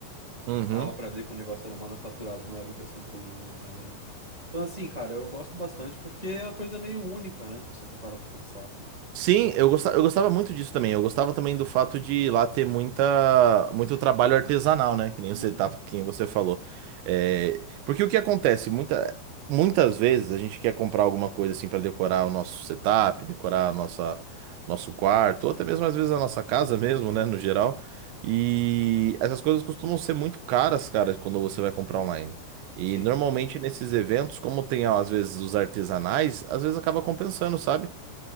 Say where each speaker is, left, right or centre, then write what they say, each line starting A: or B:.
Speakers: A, on the right; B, on the right.
A: Uhum.
B: Dava pra ver que o negócio era manufaturado, não era impressão 3D nem nada, né? Então, assim, cara, eu gosto bastante porque é uma coisa meio única, né? Se você for parar pra pensar assim.
A: Sim, eu gostava, eu gostava muito disso também. Eu gostava também do fato de lá ter muita, muito trabalho artesanal, né? Que nem
B: Uhum.
A: você, tá, que nem você falou. É, porque o que acontece? Muita, muitas vezes a gente quer comprar alguma coisa assim para decorar o nosso setup, decorar a nossa, nosso quarto, ou até mesmo às vezes a nossa casa mesmo, né? No geral. E essas coisas costumam ser muito caras, cara, quando você vai comprar online. E
B: Sim.
A: normalmente nesses eventos, como tem às vezes os artesanais, às vezes acaba compensando, sabe?